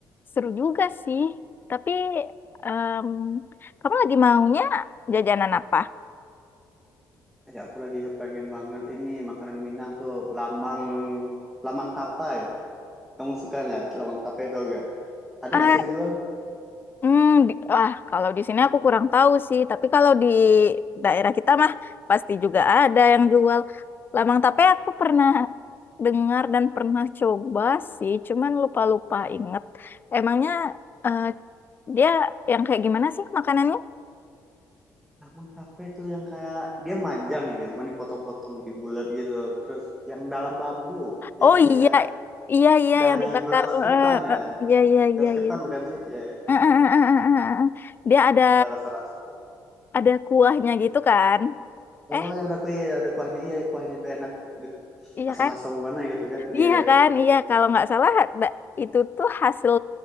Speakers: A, on the left; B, in the centre.
A: seru juga sih. Tapi, em, kamu lagi maunya jajanan apa?
B: Ya aku lagi kepengen banget ini makanan Minang tuh lamang lamang tapai. Kamu suka nggak lamang tapai itu nggak? Ada
A: Ah,
B: nggak sih yang jual?
A: hmm, di- wah, kalau di sini aku kurang tahu sih. Tapi kalau di daerah kita mah pasti juga ada yang jual. Lamang tape aku pernah dengar dan pernah coba sih. Cuman lupa-lupa inget. Emangnya eh, dia yang kayak gimana sih makanannya?
B: Lamang tapai tuh yang kayak dia manjang ini, cuman dipotong-potong di bulat gitu. Terus yang dalam bambu, jadi
A: Oh iya,
B: kayak
A: iya iya
B: dari
A: yang dibakar.
B: beras
A: Heeh,
B: ketan
A: heeh.
B: ya.
A: Iya iya
B: Beras
A: iya
B: ketan
A: iya.
B: bukan sih? Ya,
A: Heeh, heeh, heeh, heeh, heeh. Dia ada
B: ya ada rasa-rasa.
A: ada kuahnya gitu kan?
B: Oh,
A: Eh,
B: yang ada kuahnya, ada kuahnya. Iya, iya, kuahnya itu enak. Duh,
A: iya
B: asam-asam
A: kan?
B: gimana gitu kan? Iya,
A: Iya
B: iya.
A: kan? Iya kalau nggak salah da- itu tuh hasil